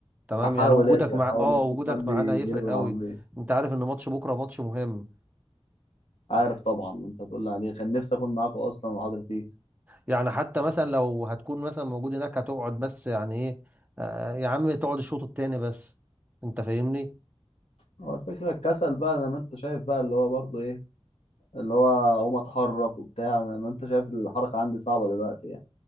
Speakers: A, on the right; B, on the left.
A: تمام
B: احاول
A: يعني وجودك
B: اجي
A: مع
B: احاول
A: اه
B: اشوف
A: وجودك
B: حد
A: معانا
B: يجي
A: هيفرق
B: لي بالعربيه
A: قوي انت عارف ان ماتش بكرة ماتش مهم
B: عارف طبعا انت تقول لي عليه كان نفسي اكون معاكم اصلا وحاضر فيه
A: يعني حتى مثلا لو هتكون مثلا موجود هناك هتقعد بس يعني ايه آه، يا عم تقعد الشوط التاني بس انت فاهمني
B: هو الفكره الكسل بقى زي ما انت شايف بقى اللي هو برضه ايه اللي هو اقوم اتحرك وبتاع انا ما انت شايف الحركه عندي صعبه دلوقتي يعني